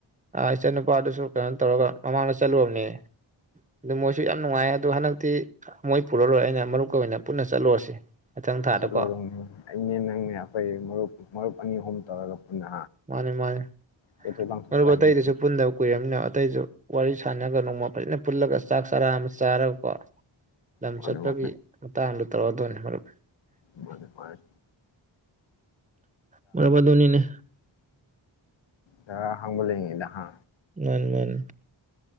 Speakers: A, on the right; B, on the left.
A: ꯏꯆꯥ ꯅꯨꯄꯥꯗꯨꯁꯨ ꯀꯩꯅꯣ ꯇꯧꯔꯒ ꯃꯃꯥꯡꯗ ꯆꯠꯂꯨꯕꯅꯦ ꯑꯗꯨ ꯃꯣꯏꯁꯨ ꯌꯥꯝ ꯅꯨꯡꯉꯥꯏ ꯑꯗꯣ ꯍꯟꯗꯛꯇꯤ ꯃꯣꯏ ꯄꯨꯔꯔꯣꯏ ꯑꯩꯅ ꯃꯔꯨꯞꯀ ꯑꯣꯏꯅ ꯄꯨꯟꯅ ꯆꯠꯂꯨꯔꯁꯤ ꯃꯊꯪ ꯊꯥꯗꯀꯣ
B: ꯆꯠꯂꯨꯗꯧꯅꯤ ꯑꯩꯅꯦ ꯅꯪꯅꯦ ꯑꯩꯈꯣꯏ ꯃꯔꯨꯞ ꯃꯔꯨꯞ ꯑꯅꯤ ꯑꯍꯨꯝ ꯇꯧꯔꯒ ꯄꯨꯟꯅ
A: ꯃꯥꯟꯅꯦ ꯃꯥꯟꯅꯦ
B: ꯀꯣꯏꯊꯣꯛ ꯂꯥꯡꯊꯣꯛꯄ
A: ꯃꯔꯨꯞ ꯑꯇꯩꯗꯨꯁꯨ
B: ꯍꯥꯏꯁꯤꯁꯨ
A: ꯄꯨꯟꯗꯕ ꯀꯨꯏꯔꯕꯃꯤꯅ ꯑꯇꯩꯁꯨ ꯋꯥꯔꯤ ꯁꯥꯟꯅꯔꯒ ꯅꯣꯡꯃ ꯐꯖꯅ ꯄꯨꯜꯂꯒ ꯆꯥꯛ ꯆꯥꯔꯥ ꯑꯃ ꯆꯥꯔꯒꯀꯣ ꯂꯝ
B: ꯃꯥꯅꯦ
A: ꯆꯠꯄꯒꯤ
B: ꯃꯥꯅꯦ
A: ꯃꯇꯥꯡꯗꯣ ꯇꯧꯔꯗꯣꯏꯅꯦ ꯃꯔꯨꯞ
B: ꯃꯥꯟꯅꯦ ꯃꯥꯟꯅꯦ
A: ꯃꯔꯨꯞ ꯑꯗꯨꯨꯅꯤꯅꯦ
B: ꯑ ꯖꯥꯒ ꯑꯍꯥꯡꯕ ꯂꯩꯔꯤꯉꯩꯗ ꯍꯥ
A: ꯃꯥꯅꯤ ꯃꯥꯅꯤ